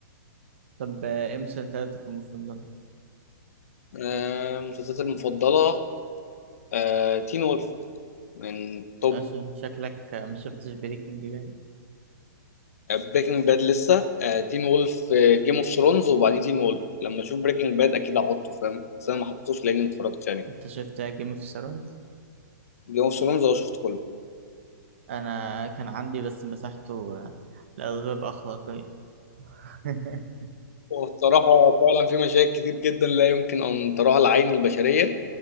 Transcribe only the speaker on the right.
طب آه، ايه مسلسلاتك المفضلة؟
عشان شكلك آه، ما شفتش بريكنج باد
انت شفت جيم اوف ثرونز
انا كان عندي بس مسحته آه، لأسباب أخلاقية <laughs>